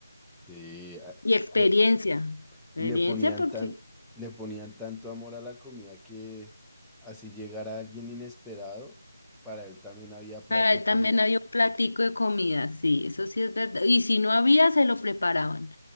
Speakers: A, in the centre; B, on the left.
A: Sí, a-
B: Y experiencia.
A: le- y
B: Experiencia
A: le ponían
B: porque
A: tan, le ponían tanto amor a la comida que así llegara alguien inesperado, para él también había plato
B: para él
A: de comida.
B: también había un platico de comida, sí, eso sí es verdad. Y si no había, se lo preparaban.